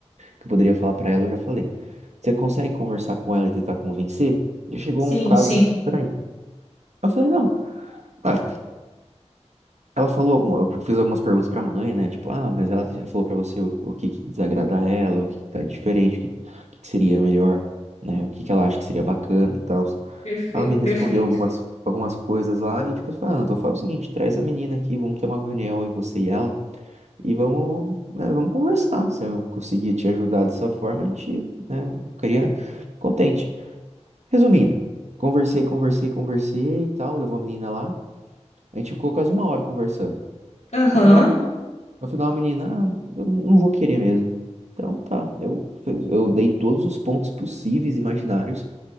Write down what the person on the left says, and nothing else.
sim,
sim.
Perfeito,
perfeito.
Aham.